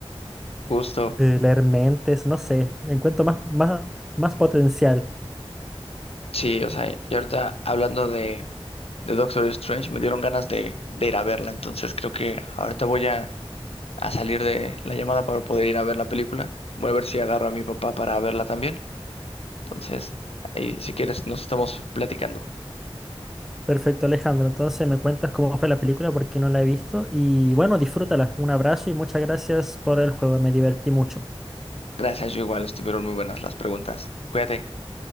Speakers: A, on the left; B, in the centre.
A: Justo,
B: eh, leer mentes, no sé. Encuentro más, más, más potencial.
A: sí, o sea, y ahorita hablando de, de Doctor Strange, me dieron ganas de, de ir a verla, entonces creo que ahorita voy a, a salir de la llamada para poder ir a ver la película. Voy a ver si agarro a mi papá para verla también. Entonces, ahí si quieres, nos estamos platicando.
B: Perfecto, Alejandro. Entonces me cuentas cómo fue la película porque no la he visto. Y bueno, disfrútala. Un abrazo y muchas gracias por el juego. Me divertí mucho.
A: Gracias, yo igual, estuvieron muy buenas las preguntas. Cuídate.